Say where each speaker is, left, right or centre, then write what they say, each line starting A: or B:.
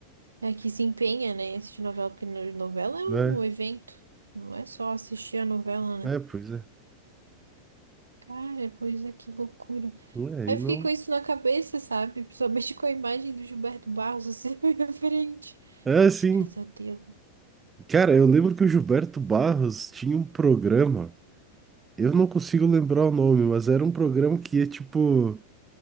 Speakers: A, on the right; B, on the right.
A: É que se empenha, né, em assistir novela, porque no- novela é um
B: É,
A: evento. Não é só assistir a novela,
B: é,
A: né?
B: pois é.
A: Cara, pois é, que loucura.
B: É, aí
A: Aí eu
B: não.
A: fiquei com isso na cabeça, sabe? Principalmente com a imagem do Gilberto Barros assim <laughs> na minha frente.
B: É, sim.
A: Que pesadelo.
B: Cara, eu lembro que o Gilberto Barros tinha um programa. Eu não consigo lembrar o nome, mas era um programa que ia, tipo,